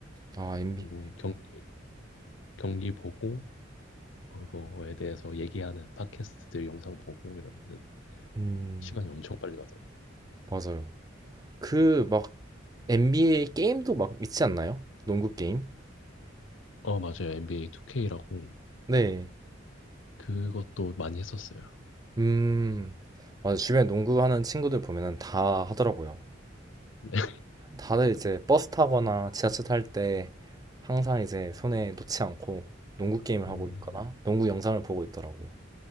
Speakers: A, on the right (about 20°); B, on the left (about 70°).
A: 아, NBA.
B: 뭐 경기 경기 보고 그거에 대해서 얘기하는 팟캐스트들 영상 보고 이러면은
A: 음,
B: 시간이 엄청 빨리 가더라고요.
A: 맞아요. 그, 막, NBA 게임도 막 있지 않나요? 농구 게임?
B: 어, 맞아요. NBA 2K라고
A: 네.
B: 그것도 많이 했었어요.
A: 음, 맞아. 주변에 농구하는 친구들 보면은 다 하더라고요.
B: 네.
A: 다들 이제 버스 타거나 지하철 탈 때 항상 이제 손에 놓지 않고 농구 게임을
B: 음,
A: 하고 있거나 농구 영상을 보고 있더라고요.